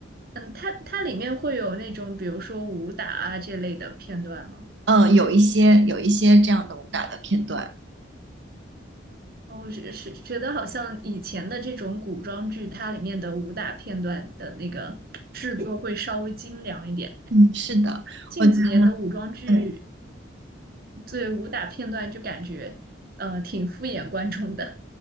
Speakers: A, on the right (about 50°); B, on the right (about 70°).
A: 嗯，它它里面会有那种比如说武打啊这类的片段吗？
B: 嗯，有一些有一些这样的武打的片段，
A: 然我是是觉得好像以前的这种古装剧，它里面的武打片段的那个制作会稍微精良一点。
B: 嗯，是的，
A: 近几年的武装剧，
B: 我对。
A: 对武打片段就感觉呃挺敷衍观众的。